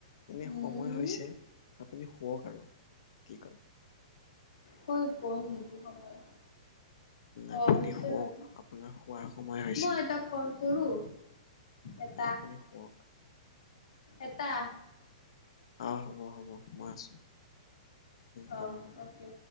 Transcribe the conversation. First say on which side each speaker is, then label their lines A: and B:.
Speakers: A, on the left; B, on the left.
A: এনে
B: উম।
A: সময় হৈছে আপুনি শুৱক আৰু কি কয়
B: হৈ গল নেকি সময়
A: আপুনি
B: অ হৈছে
A: শুৱক
B: বাৰু
A: আপোনাৰ শোৱাৰ সময় হৈছে
B: মই এটা কল কৰো
A: উ
B: এটা
A: আপুনি শুৱক
B: এটা
A: অঁ হ'ব হ'ব মই আছোঁ হ'ব
B: অ
A: হ'ব
B: অকে